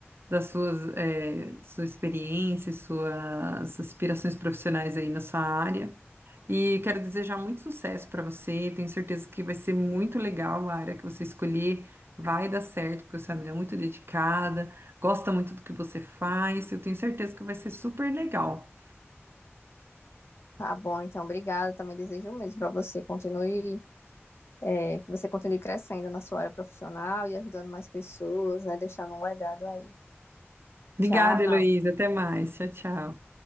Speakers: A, on the right; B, on the left.
A: das suas, eh, sua experiência, suas aspirações profissionais aí na sua área. E quero desejar muito sucesso para você. Tenho certeza que vai ser muito legal a área que você escolher. Vai dar certo, porque você é uma mulher muito dedicada, gosta muito do que você faz. Eu tenho certeza que vai ser super legal.
B: Tá bom, então, obrigada. Também desejo o mesmo pra você. Continue, é, que você continue crescendo na sua área profissional e ajudando mais pessoas, né? Deixando um legado aí.
A: Obrigada,
B: Tchau.
A: Heloísa. Até mais. Tchau, tchau.